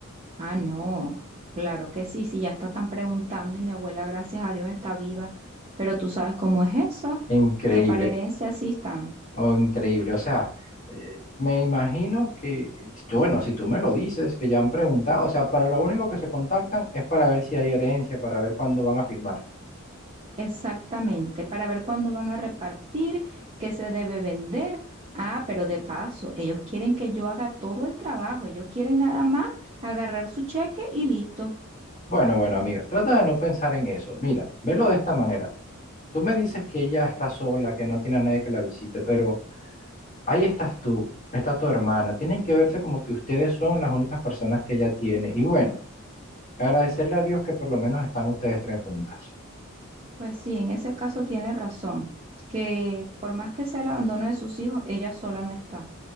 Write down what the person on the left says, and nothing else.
Increíble,
oh, increíble. O sea, eh, me imagino que, si tú- bueno, si tú me lo dices, que ya han preguntado, o sea, para lo único que se contactan es para ver si hay herencia, para ver cuándo van a firmar.
Bueno, bueno, amiga, trata de no pensar en eso. Mira, velo de esta manera. Tú me dices que ella está sola, que no tiene a nadie que la visite, pero ahí estás tú, está tu hermana. Tienen que verse como que ustedes son las únicas personas que ella tiene. Y bueno, agradecerle a Dios que por lo menos están ustedes tres juntas.